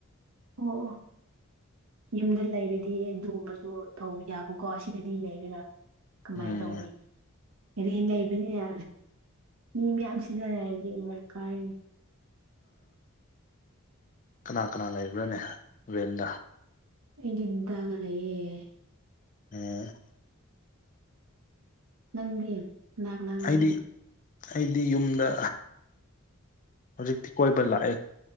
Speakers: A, on the right (about 80°); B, on the left (about 35°).
A: ꯑꯣ ꯑꯣ ꯌꯨꯝꯗ ꯂꯩꯔꯗꯤ ꯑꯗꯨꯕꯁꯨ ꯇꯧꯕ ꯌꯥꯕꯀꯣ ꯁꯤꯗꯗꯤ ꯂꯩꯔꯦꯒ ꯀꯃꯥꯏꯅ
B: ꯎꯝ
A: ꯇꯧꯅꯤ ꯔꯦꯟ ꯂꯩꯕꯅꯤꯅ ꯃꯤ ꯃꯌꯥꯝ ꯁꯤꯖꯅꯒꯦ ꯑꯃꯨꯛ ꯀꯥꯏ
B: ꯀꯅꯥ ꯀꯅꯥ ꯂꯩꯕ꯭ꯔꯥꯅꯦ ꯔꯦꯟꯗ
A: ꯍꯒꯗꯒꯂꯌꯦꯦ
B: ꯎꯝ
A: ꯅꯪꯗꯤ ꯀꯅꯥ ꯀꯅꯥ ꯂꯩꯒꯦ
B: ꯑꯩꯗꯤ ꯑꯩꯗꯤ ꯌꯨꯝꯗ ꯍꯧꯖꯤꯛꯇꯤ ꯀꯣꯏꯕ ꯂꯥꯛꯑꯦ